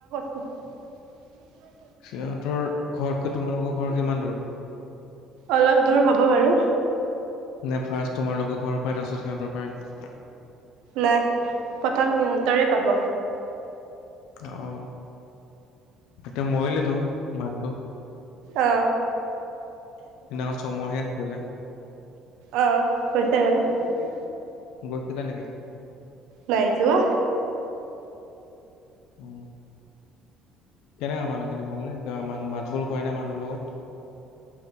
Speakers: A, on the right (about 75°); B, on the left (about 80°).
A: <inaudible>
B: সিহঁতৰ ঘৰতকৈ তোমালোকৰ ঘৰ কিমান দূৰ?
A: অলপ দূৰ হ'ব বাৰু।
B: নে ফাৰ্ষ্ট তোমালোকৰ ঘৰ পাই তাৰপাছত সিহঁতৰ পায়?
A: নাই প্ৰথম সিহঁতৰে পাব।
B: অহ। এতিয়া মৰিলেতো মানুহটো।
A: অ
B: সিদিনাখন ছমহীয়া আছিলে
A: অ কৈছে বাৰু।
B: গৈছিলা নেকি
A: নাই যোৱা
B: উ কেনেকা মানুহখিনি ভাল নে মান মাত বুল কৰে নে মানুহ লগত